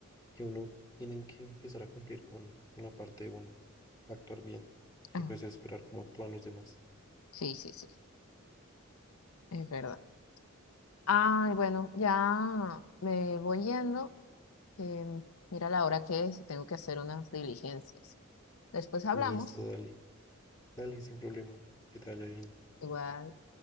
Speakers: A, on the left; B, on the left.
A: que uno tiene que empezar a cumplir con, con la parte de uno, actuar bien
B: Ah,
A: y pues esperar cómo actúan los demás.
B: sí, sí, sí, es verdad. Ay, bueno, ya me voy yendo, que mira la hora que es y tengo que hacer unas diligencias. Después hablamos,
A: Listo, dale, dale, sin problema, que te vaya bien.
B: igual.